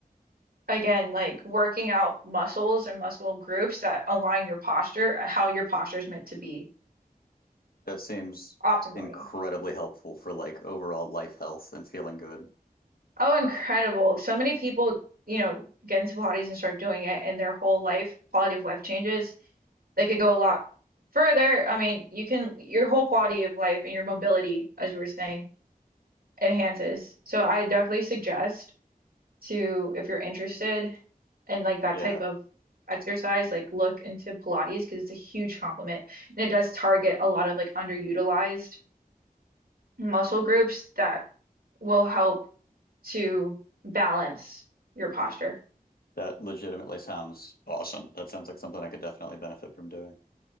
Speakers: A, on the right; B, on the left.
A: again, like working out muscles and muscle groups that align your posture, uh, how your posture is meant to be
B: That seems
A: optimally.
B: incredibly helpful for like overall life health and feeling good.
A: Oh, incredible. So many people, you know, get into Pilates and start doing it, and their whole life, quality of life changes. They could go a lot further. I mean, you can, your whole quality of life and your mobility, as you were saying, enhances. So I definitely suggest. to if you're interested in like that
B: Yeah.
A: type of exercise, like look into Pilates because it's a huge complement and it does target a lot of like underutilized muscle groups that will help to balance your posture.
B: That legitimately sounds awesome. That sounds like something I could definitely benefit from doing.